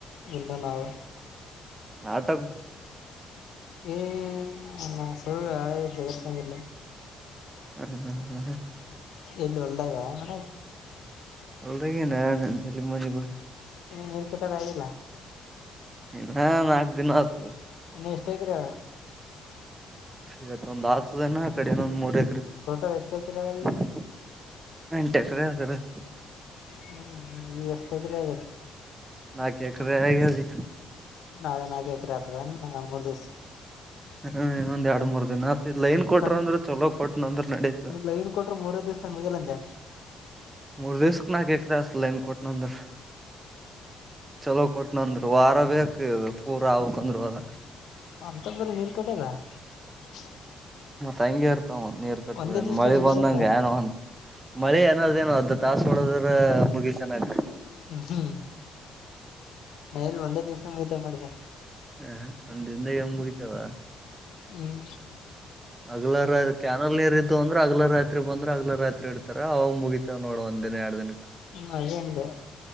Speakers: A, on the left; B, on the right.
A: ಹೆಂಗೆ ನಾವು
B: ನಾಟ್
A: ಹ್ಮ ನಾಮಸ್ ಫುಲ್ ಆಳೆ ಜಗತ್ನಂಗಿಲ್ಲ.
B: ಹ್ಮ್ ಹ್ಮ್
A: ಎಲ್ಲಿ ಹೊಲ್ದಾಗ ಮನಾಗ್
B: ಹೊಲದಾಗೆ ನಾನು ನೀನು. ಅರ್ಲಿ ಮಾರ್ನಿಂಗ್ ಹೋಗೋನ
A: ಇನ್ ನೀರು ಕಟ್ಟದಾಗಿಲ್ಲ.
B: ಇನ್ನ ನಾಲ್ಕು ದಿನ ಆತು.
A: ಇನ್ನ ಎಷ್ಟ ಎಕ್ಕರೆ ಅದ.
B: ಇವತ್ ಒಂದ್ ಆತದನ ಆ ಕಡಿನ್ನೊಂದ್ ಮೂರೆ.
A: ಟೋಟಲ್ ಎಷ್ಟ ಎಕರೆ ಅಲ್ಲಿ
B: <unintelligible> ಎಂಟ ಎಕ್ಕರೆ ಅದ್ <unintelligible>
A: ಹ್ಮ್ ಎಸ್ಟ್ ಎಕ್ರೆ.
B: ನಾಕೇಕ್ರೆ ಆಗೇದೀ <inaudible>
A: ನಾಳೆ ನಾಕ ಎಕ್ರೆ ಆಗ್ತದ ಮೂರ್ ದಿವ್ಸ್.
B: ಹ್ಮ ಇನ್ನೊಂದ್ ಎರಡು ಮೂರ್ ದಿನ ಆತ್ ಇದ್ ಲೈನ್ ಕೊಟ್ರ
A: ಕಣ್
B: ಅಂದ್ರೆ ಚಲೋ ಕೊಟನ ಅಂದ್ರೆ ನಡೀತ.
A: ಲೈನ್ ಕೊಟ್ರ ಮೂರ ದಿವ್ಸ ಮುಗಿಯಲಂದೆ
B: ಮೂರ್ ದಿವ್ಸ್ ನಾಕೆಕ್ರೆ ಅಸ್ಲು ಏನ್ ಕೊಟ್ರು. <unintelligible> ಚಲೋ ಕೊಟ್ ನಂದು ವಾರ ಬೇಕು ಪೂರಾ ಆಗ್ಬೇಕಂದ್ರೆ ವಾರ.
A: ಅಂತ ಬರಿ ನೀರ್ <unintelligible>
B: ತಂಗೆರ್ ನೀರ್ ಕಟ್ಟದ
A: ಒಂದೇ
B: ನ್
A: ದಿವ್ಸ
B: ಮಳಿ
A: ಮುಗಿಯಲಂದ
B: ಬಂದಂಗ ಏನೋ ಅಂತ ಮಳಿ ಏನದೇನು ಅ ತಾಸ ಹೊಡೋದ್ರ ಮುಗಿಸತನ್
A: ಹ್ಮ್ ಹ್ಮ್ ನ ಎಲ್ಲಿ ಒಂದೇ ದಿವಸ ಸಂಗಿತ ಮಾಡಿದೆ
B: ಹ ಅಂದಿಂದ ಹೆಂಗ ಯವಾ
A: ಹ್ಮ್
B: ಅಗ್ಲ ರ ಕ್ಯಾನಲ್ ನೀರ್ ಇದ್ದು ಅಂದ್ರ ಅಗ್ಲ ರಾತ್ರಿ ಬಂದ್ರೆ ಅಗ್ಲ ರಾತ್ರಿ ಇಡ್ತ ತರ ಅವಾಗ್ ಮುಗಿತವ ನೋಡವ. ಒಂದ್ ದಿನಾ ಯಾಡ್ ದಿನ
A: ಹ್ಮ್ ಅದೇ ಅಂದೆ